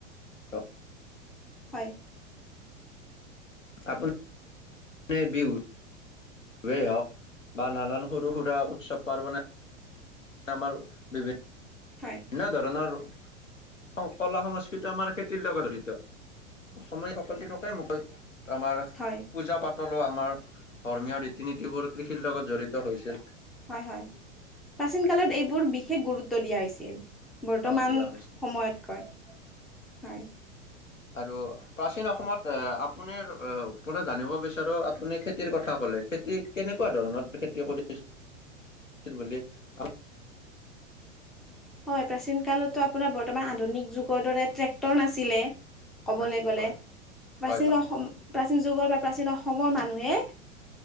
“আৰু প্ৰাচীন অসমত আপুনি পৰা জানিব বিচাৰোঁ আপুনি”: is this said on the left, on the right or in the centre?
Left